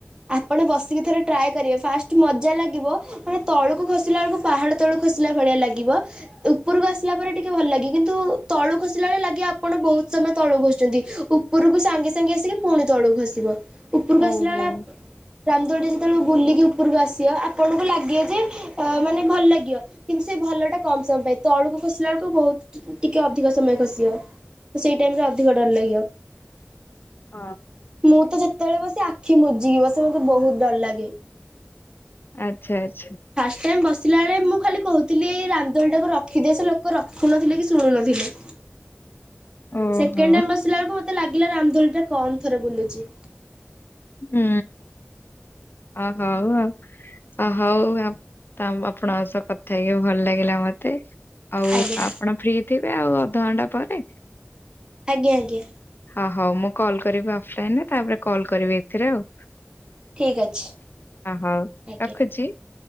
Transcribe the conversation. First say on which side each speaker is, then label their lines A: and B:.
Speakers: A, on the right; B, on the left.
A: ଆପଣ ବସିକି ଥରେ ଟ୍ରାଏ କରିବେ ଫାଷ୍ଟ ମଜା ଲାଗ ଲାଗିବ ମାନେ ତଳକୁ ଖସିଲା ବେଳକୁ ପାହାଡ ତଳକୁ ଖସିଲା ଭଳିଆ ଲାଗିବ ଉପରକୁ ଆସିଲା ପରେ ଟିକେ ଭଲ ଲାଗେ କିନ୍ତୁ ତଳୁ ଖସିଲା ବେଳେ ଲାଗେ ଆପଣ ବହୁତ ସମୟ ତଳୁ ଖସୁଛନ୍ତି ଉପ ଉପୁରୁ କୁ ସାଙ୍ଗେ ସାଙ୍ଗେ ଆସିକି ପୁଣି ତଳକୁ ଖସିବ। ଉପରକୁ
B: ଓହୋ।
A: ଆସିଲା ବେଳେ ଆପ ରାମଦୋଳି ଟା ଯେତେବେଳେ ବୁଲିକି ଉପରକୁ ଆସିବ ଆପ୍ ଆପଣଙ୍କୁ ଲାଗିବ ଯେ ଅ ମାନେ ଭଲ ଲାଗିବ। କିନ୍ତୁ ସେଇ ଭଲ ଟା କମ ସମୟ ପାଇଁ ତଳୁକୁ ଖସିଲା ବେଳକୁ ବହୁତ ଟିକେ ଅଧିକ ସମୟ ଖସିବ ତ ସେଇ ଟାଇମରେ ଅଧିକ ଡର ଲାଗିବ।
B: ଅ
A: ମୁଁ ତ ଯେତେବେଳେ ବସେ ଆଖି ବୁଜିକି ବସେ ମତେ ବହୁତ ଡର ଲାଗେ।
B: ଆଚ୍ଛା ଆଚ୍ଛା।
A: ଫାଷ୍ଟ ଟାଇମ ବସିଲା ବେଳେ ମୁଁ ଖାଲି କହୁଥିଲି ଏଇ ରାମ ଦୋଳି ଟାକୁ ରଖିଦିଅ ସେ ଲୋକ ରଖୁନଥିଲେ କି ଶୁଣୁ ନଥିଲେ।
B: ଓହୋ
A: ସେକେଣ୍ଡ ଟାଇମ ବସିଲା ବେଳକୁ ମତେ ଲାଗିଲା ରାମ ଦୋଳିଟା କମ ଥରେ ବୁଲୁଛି।
B: ହୁଁ ଅ ହଉ ଆଉ। ଅହଉ ଆପ ତ ଆପଣଙ୍କ ସହ କଥା ହେଇକି ଭଲ ଲାଗିଲା ମତେ। ଆଉ
A: ଆଜ୍ଞା
B: ଆପଣ ଫ୍ରି ଥିବେ ଆଉ ଅଧଘଣ୍ଟା ପରେ?
A: ଆଜ୍ଞା ଆଜ୍ଞା।
B: ହଁ ହଉ ମୁଁ କଲ୍ କରିବି ଅଫଲାଇନରେ ତାପରେ କଲ୍ କରିବି ଏଥିରେ ଆଉ।
A: ଠିକ୍ ଅଛି
B: ହଉ
A: ଆଜ୍ଞା
B: ରଖୁଛି।